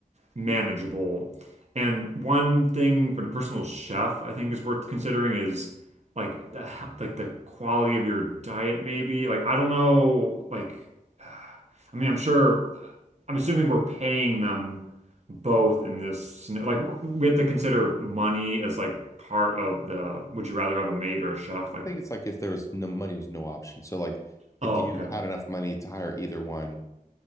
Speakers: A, on the right; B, on the left.
A: manageable. And one thing for the personal chef, I think is worth considering is like the like the quality of your diet, maybe. Like I don't know, like <sighs> I mean, I'm sure, I'm assuming we're paying them both in this. scena- Like we have to consider money as like part of the. Would you rather have a maid or a chef? Like,
B: I think it's like if there was no money, was no option. So like if
A: oh,
B: you
A: okay,
B: had enough money to hire either one,